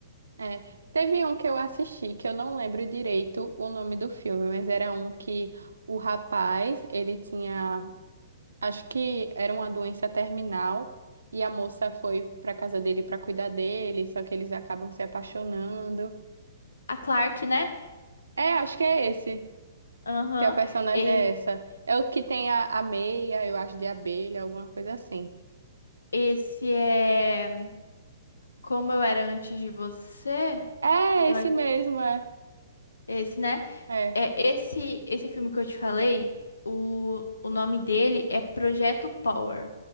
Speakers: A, on the right (about 80°); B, on the left (about 80°).
A: É. Teve um que eu assisti, que eu não lembro direito o nome do filme, mas era um que o rapaz, ele tinha, acho que era uma doença terminal, e a moça foi pra casa dele pra cuidar dele, só que eles acabam se apaixonando.
B: A Clark, né?
A: É, acho que é esse.
B: Aham.
A: Que a personagem
B: E-
A: é essa. É o que tem a, a meia, eu acho, de abelha, alguma coisa assim.
B: Esse é Como Eu Era Antes de Você.
A: É,
B: Eu
A: esse
B: acho-
A: mesmo, é.
B: Esse, né?
A: É.
B: É esse esse filme que eu te falei, o, o nome dele é Projeto Power.